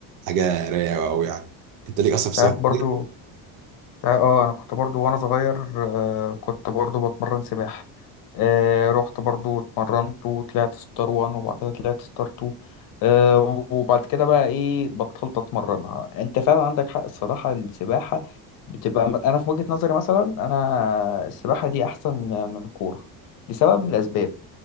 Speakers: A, on the right; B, on the left.
A: حاجة رايقة أوي يعني أنت ليك أصلا
B: انت
A: في السباحة
B: عارف برضو
A: لا
B: انت عارف- اه انا كنت برضو وانا صغير آه كنت برضو بتمرن سباحة آه رحت برضو اتمرنت وطلعت ستار وان وبعد كده طلعت ستار تو آه وبعد كده بقى ايه بطلت اتمرنها انت فعلا عندك حق الصراحة السباحة بتبقى انا في وجهة نظري مثلا انا السباحة دي احسن من الكورة لسبب من الاسباب